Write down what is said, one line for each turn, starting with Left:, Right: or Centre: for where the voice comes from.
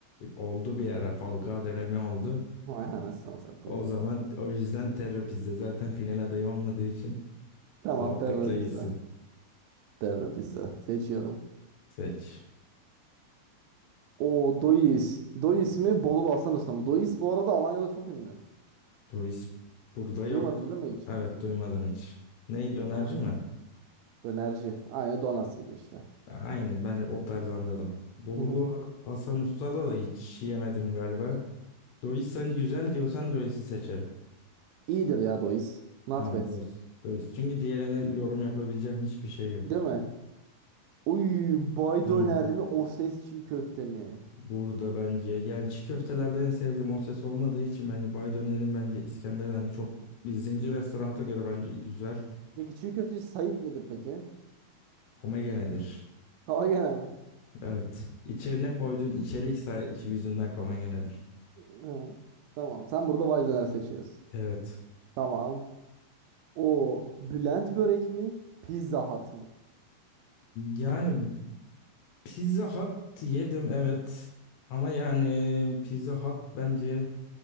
Left: Oldu bir ara Falcao dönemi oldu.
Right: Vay anasını satayım
Left: O zaman
Right: ya.
Left: o yüzden terapizde zaten final adayı olmadığı için
Right: Tamam
Left: rahatlıkla
Right: Terra pizza.
Left: gitsin.
Right: Terra pizza. Seçiyorum.
Left: Seç.
Right: O Dois. Dois mi? Bolulu Hasan Usta mı? Dois bu arada Alanya'da çok ünlü.
Left: Bu iş burada yok.
Right: Duymadın değil mi hiç?
Left: Evet duymadım hiç. Ney
Right: Evet,
Left: dönerci
Right: Alanya.
Left: mi?
Right: Dönerci. Aynı Donas gibi işte.
Left: Aynen ben o tarz anladım. Bollu
Right: Hı hı.
Left: Hasan Usta'da da hiç yemedim galiba. Dois sen güzel diyorsan Dois'i seçerim.
Right: İyidir ya Dois. Not
Left: Tamam
Right: bad.
Left: Dois. Dois. Çünkü diğerine yorum yapabileceğim hiçbir şey yok.
Right: Değil mi? Uy bay
Left: Hmm,
Right: döner mi o ses çiğ köfte mi?
Left: Burada bence yani çiğ köftelerde en sevdiğim o ses olmadığı için bence Bay Döner'in bence İskender'den hani çok bir zincir restoranta göre bence güzel.
Right: Peki çiğ köfteci Sait midir peki?
Left: Komegenedir.
Right: Ama gene mi?
Left: Evet. İçerine koyduğun içerik say- yüzünden komegenedir.
Right: Ha, Tamam sen burada bay döner seçiyorsun.
Left: Evet.
Right: Tamam. O Bülent börek mi? Pizza Hut mı?
Left: Yani Pizza Hut yedim evet. Ama yani Pizza Hut bence